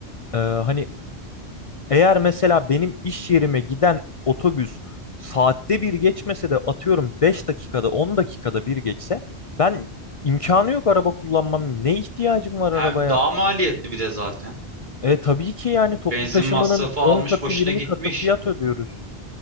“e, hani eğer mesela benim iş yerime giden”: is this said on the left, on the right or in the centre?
Left